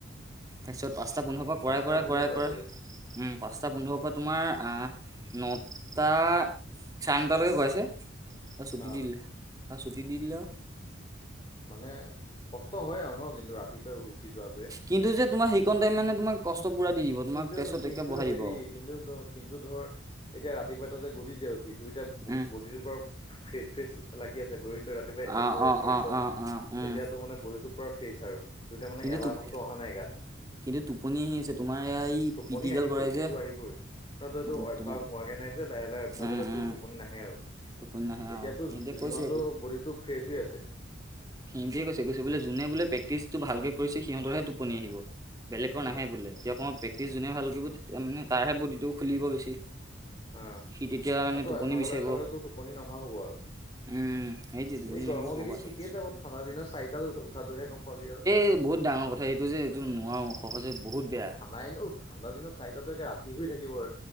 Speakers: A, on the right; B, on the left.
A: তাৰপিছত পাঁচটা পোন্ধৰৰ পৰা
B: পাঁচটা
A: কৰাই,
B: পোন্ধৰত
A: কৰাই, কৰাই,
B: পাইছগে
A: কৰাই উ, পাঁচটা পোন্ধৰৰ পৰা তোমাৰ আ নটা চাৰে নটালৈকে কৰাইছে। তাৰ ছুটি দি
B: অ
A: দিলে, তাৰ ছুটী দি দিলে আও।
B: মানে কষ্ট হয় আৰু ন কিন্তু ৰাতিপুৱাই উঠি যোৱাটোৱে।
A: কিন্তু যে তোমাৰ সেইকন টাইম মানে তোমাক কষ্ট পুৰা দি দিব, তোমাক
B: কিন্তু
A: তাছত
B: কিন্তু
A: একে বহাই
B: হেৰি
A: দিব অ।
B: কিন্তু দ কিন্তু ধৰ এতিয়া ৰাতিপুৱা তই যে গ'লি যে উঠি তোৰ এতিয়া ব-বদিটো
A: উম
B: পৰ ফ্ৰেছ ফ্ৰেছ লাগি আছে। গৈ তই ৰাতিপুৱাই এক্সাৰচাইজ
A: অ অ
B: কৰিছ,
A: অ অ অ উম
B: এতিয়া তোৰ মানে বডীটো পুৰা ফ্ৰেছ আৰু। তোৰ এতিয়া মানে
A: কিন্তু
B: এলাহ
A: টোপ
B: ভাৱটো অহা নাই গাত
A: কিন্তু টোপনি আহি আছে তোমাৰ এইয়া এই
B: টোপনি
A: পিটি
B: আহিবই
A: গাল কৰাই
B: সেইটো
A: যে।
B: আহিবই ন তোৰ এইটো
A: উম,
B: অভ্যাস
A: তোমাৰ
B: হোৱাকে নাই যে। লাহে লাহে অভ্যাস
A: উম
B: হ'লে তোৰ
A: উম
B: টোপনি নাহে আৰু।
A: টোপনি নাহে
B: এতিয়াতো
A: অ সিহঁতে
B: যি-যিমান
A: কৈছে
B: হ'লেও বডিটো ফ্ৰেছ হৈ আছে।
A: সিনতেই কৈছে। কৈছে বোলে যোনে বোলে প্ৰেকটিছটো ভালকে কৰিছে সিহঁতৰহে টোপনি আহিব। বেলেগৰ
B: অ
A: নাহে বোলে। এতিয়া অকমান প্ৰেক্টিচ যোনে ভালকে কৰিব তেতিয়া মানে তাৰহে বডিটো খুলিব বেছি।
B: অ
A: সি তেতিয়া মানে
B: আৰু তই
A: টোপনি
B: অভ্যাস হলে
A: বিচাৰিব।
B: অভ্যাস হলে তোৰ টোপনি নহা হ'ব আৰু।
A: উম, সেইটোৱে টোপনি
B: এই গৰমৰ
A: নাহিব প
B: কেইদিন
A: পাছত
B: ঠিকেই যাব, ঠাণ্ডা দিনত চাৰিটাত উঠাতটোহে গম পাবি আৰু।
A: এই বহুত ডাঙৰ কথা এইটো যে এইটো নোৱাৰোঁ সহজে বহুত বেয়া।
B: নাই এনেও ঠাণ্ডা দিনত চাৰিতা একে ৰাতি হৈ থাকিব আৰু।